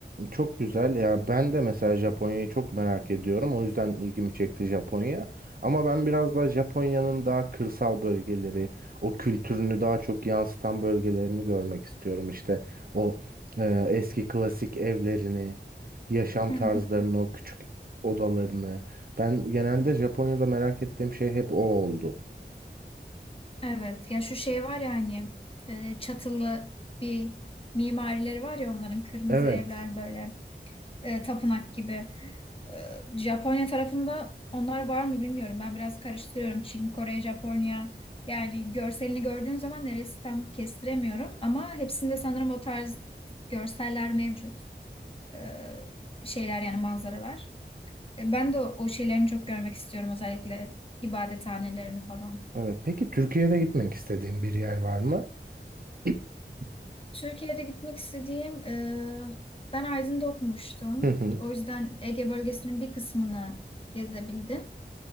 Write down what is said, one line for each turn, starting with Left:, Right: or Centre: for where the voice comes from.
Right: Çok güzel ya ben de mesela Japonya'yı çok merak ediyorum o yüzden ilgimi çekti Japonya ama ben biraz daha Japonya'nın daha kırsal bölgeleri o kültürünü daha çok yansıtan bölgelerini görmek istiyorum İşte o e, eski klasik evlerini yaşam
Left: Hı hı.
Right: tarzlarını o küçük odalarını ben genelde Japonya'da merak ettiğim şey hep o oldu.
Left: Evet ya şu şey var ya hani e, çatılı bir mimarileri var ya onların kırmızı
Right: Evet.
Left: evler böyle e, tapınak gibi. Ee, Japonya tarafında onlar var mı bilmiyorum. Ben biraz karıştırıyorum. Çin, Kore, Japonya. Yani görselini gördüğün zaman neresi tam kestiremiyorum. Ama hepsinde sanırım o tarz görseller mevcut. Ee, şeyler yani manzaralar. Ee, ben de o, o şeylerini çok görmek istiyorum. Özellikle ibadethanelerini falan.
Right: Evet. Peki Türkiye'de gitmek istediğin bir yer var mı? <clears throat>
Left: Türkiye'de gitmek istediğim... e, ben Aydın'da okumuştum.
Right: Hı hı.
Left: O yüzden Ege bölgesinin bir kısmını gezebildim.